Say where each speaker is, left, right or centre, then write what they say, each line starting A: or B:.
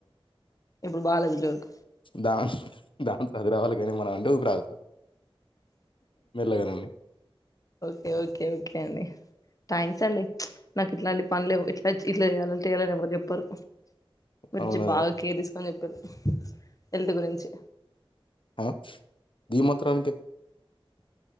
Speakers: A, on the left (about 35°); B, on the left (about 60°).
A: ఇప్పుడు బాలేదు జోక్
B: దా దా అదిరావాలి కానీ, మనం అంటే ఊపి రాగుత. మెల్లగనండి
A: ఓకే ఓకే ఒకే అండి థ్యాంక్స్ అండి, నాకు ఇట్లాంటి పనులేవు ఇట్లా ఇట్లా చేయాలంట చేయాలని ఎవరు చెప్పరు మర్జ
B: అవునా
A: బాగా కేరస్ అని చెప్పిరు హల్త్ గురించి
B: ఆ దీ మాత్రనికి